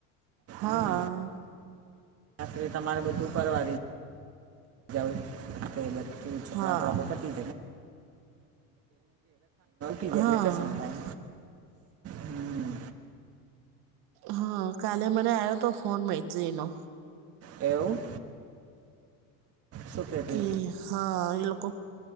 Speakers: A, on the right; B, on the right.
A: હા.
B: હો ને ત્યાં સુધી તમારે બધું કરવા પરવારી જઉં કે બધુ જ કપડાં
A: હા
B: બપડા પતી <unintelligible>
A: હા
B: કશું ના થાય હમ્મ.
A: હા કાલે મને આવ્યો તો ફોન મૈત્રીનો
B: એવું શું કહેતી
A: કે હા એ લોકો